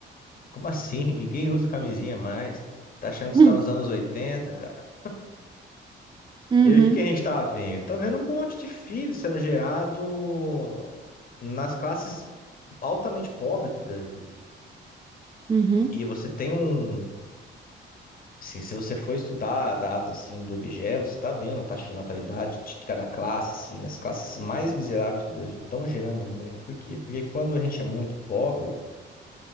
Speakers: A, on the left; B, on the right.
A: Como assim? <laughs> Ninguém usa camisinha mais. Tá achando que
B: uhum,
A: você tá nos anos 80, cara?
B: uhum,
A: E aí, o que que a gente tá vendo? Tá vendo um monte de filhos sendo gerado nas classes altamente pobres do Brasil.
B: uhum.
A: E você tem um Assim, se você for estudar dados assim do IBGE, você está vendo a taxa de natalidade de cada classe, assim, as classes mais miseráveis do Brasil estão gerando muito. Por quê? Porque quando a gente é muito pobre,